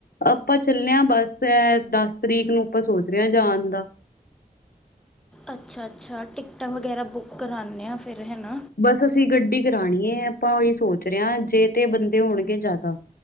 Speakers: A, on the left; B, in the centre.
A: ਆਪਾਂ ਚੱਲੇ ਆ, ਬਸ ਦਸ ਤਰੀਕ ਨੂੰ ਆਪਾਂ ਸੋਚ ਰਹੇ ਆ ਜਾਣ ਦਾ!
B: ਅੱਛਾ ਅੱਛਾ, ਟਿਕਟਾਂ ਵਗੈਰਾ ਬੁੱਕ ਕਰਾਣੇ ਹਾਂ ਫਿਰ ਹੈਨਾ?
A: ਬਸ ਅਸੀਂ ਗੱਡੀ ਕਰਾਣੀ ਹੈ, ਆਪਾਂ ਉਹੀ ਸੋਚ ਰਹੇ ਹਾਂ ਜੇ ਤੇ ਬੰਦੇ ਹੋਣਗੇ ਜ਼ਿਆਦਾ!